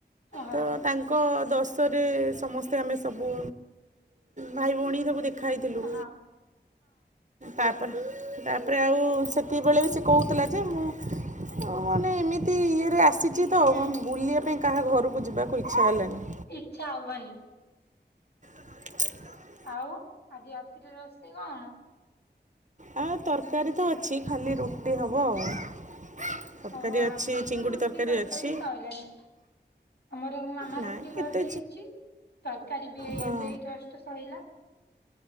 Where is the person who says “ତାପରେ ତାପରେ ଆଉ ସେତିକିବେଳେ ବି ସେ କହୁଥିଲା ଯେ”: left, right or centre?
Right